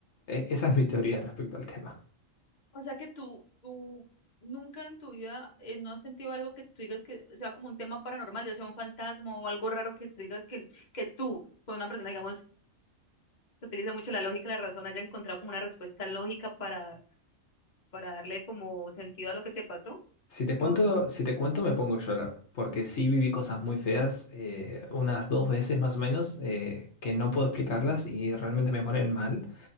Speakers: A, on the left (about 60°); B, on the left (about 35°).
A: E- esa es mi teoría respecto al tema.
B: O sea que tú, tú nunca en tu vida eh, no has sentido algo que tú digas que sea como un tema paranormal, ya sea un fantasma o algo raro que tú digas que, que tú, con una persona, digamos, que utiliza mucho la lógica la razón, haya encontrado como una respuesta lógica para, para darle como sentido a lo que te pasó.
A: Si te cuento,
B: ¿Sí me hago entender?
A: si te cuento me pongo a llorar, porque sí viví cosas muy feas, eh, unas dos veces más o menos, eh, que no puedo explicarlas y realmente me ponen mal,